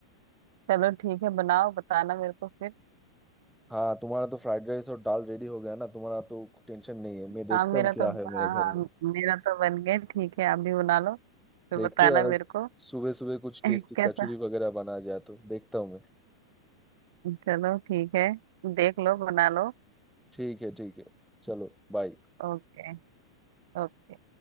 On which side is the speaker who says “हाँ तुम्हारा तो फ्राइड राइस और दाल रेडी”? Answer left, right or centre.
Centre